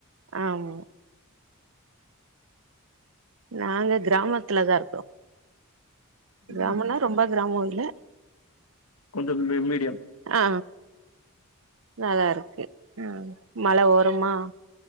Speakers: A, on the right; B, on the left.
A: ஆமா நாங்க கிராமத்துலதான் இருக்குறோம்
B: ம்
A: கிராமம்ன்னா ரொம்ப கிராமம் இல்ல
B: கொஞ்சம் மீ மீடியம்
A: ஆ நல்லா இருக்கு உம் மல ஓரமா